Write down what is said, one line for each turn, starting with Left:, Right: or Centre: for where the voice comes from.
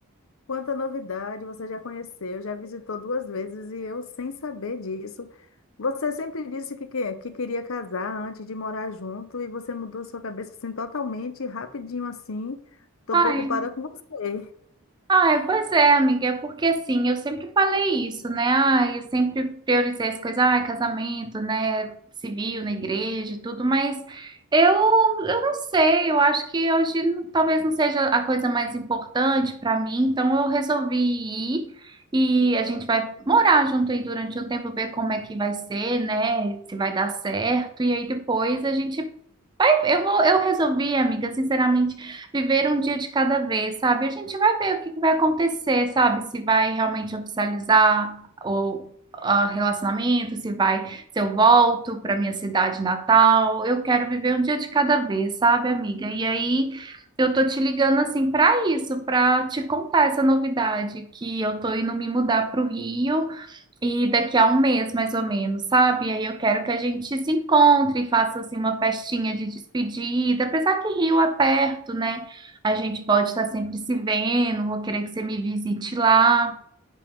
Left: Quanta novidade você já conheceu, já visitou duas vezes e eu sem saber disso. Você sempre disse que, que, que queria casar antes de morar junto e você mudou sua cabeça assim totalmente, rapidinho assim. Tô
Right: Ah,
Left: preocupada
Right: é.
Left: com você.
Right: Ah, é, pois é, amiga, é porque assim, eu sempre falei isso, né? Ah, eu sempre priorizei as coisas, ah, casamento, né? Civil, na igreja, e tudo, mas eu, eu não sei, eu acho que hoje não- talvez não seja a coisa mais importante para mim, então eu resolvi ir e a gente vai morar junto aí durante um tempo, ver como é que vai ser, né? Se vai dar certo, e aí depois a gente Aí eu vou, eu resolvi, amiga, sinceramente, viver um dia de cada vez, sabe? A gente vai ver o que que vai acontecer, sabe? Se vai realmente oficializar o ah, relacionamento, se vai, se eu volto para minha cidade natal. Eu quero viver um dia de cada vez, sabe, amiga? E aí eu tô te ligando assim para isso, para te contar essa novidade que eu tô indo me mudar para o Rio. E daqui a um mês, mais ou menos, sabe? Aí eu quero que a gente se encontre e faça assim uma festinha de despedida. Apesar que Rio é perto, né? A gente pode estar sempre se vendo. Vou querer que você me visite lá.